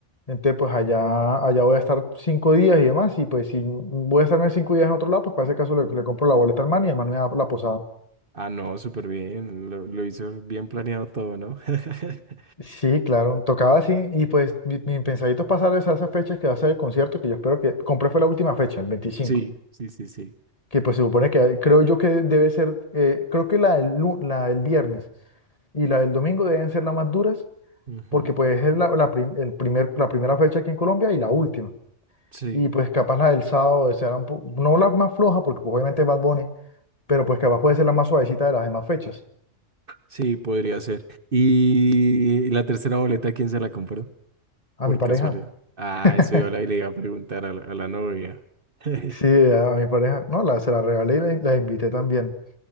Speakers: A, on the left; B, on the right.
A: Entonces, pues allá, allá voy a estar cinco días y demás, y pues si voy a estarme cinco días en otro lado, pues para ese caso le, le compro la boleta al man y el man me da la posada.
B: Ah, no, súper bien. Lo, lo hizo bien planeado todo, ¿no? <laughs>
A: Sí, claro, tocaba así, y pues mi, mi pensadito es pasar esa- esas fechas que va a ser el concierto, que yo espero que, compré fue la última fecha, el veinticinco
B: Sí, sí, sí, sí.
A: que pues se supone que creo yo que debe ser, eh, creo que la del, lu- la del viernes y la del domingo deben ser las más duras,
B: Ujú.
A: porque pues es la, la prim- el primer, la primera fecha aquí en Colombia y la última.
B: Sí,
A: Y pues capaz la del sábado será un po- no la más floja, porque pues, obviamente es Bad Bunny, pero pues capaz puede ser la más suavecita de las demás fechas.
B: sí, podría ser. ¿Y la tercera boleta, quién se la compró?
A: A
B: por
A: mi pareja.
B: casualidad. Ah,
A: <laughs>
B: eso yo a la, le iba a preguntar a la, a la novia. <laughs>
A: Sí, a, a mi pareja. No, la, se la regalé y la, la invité también.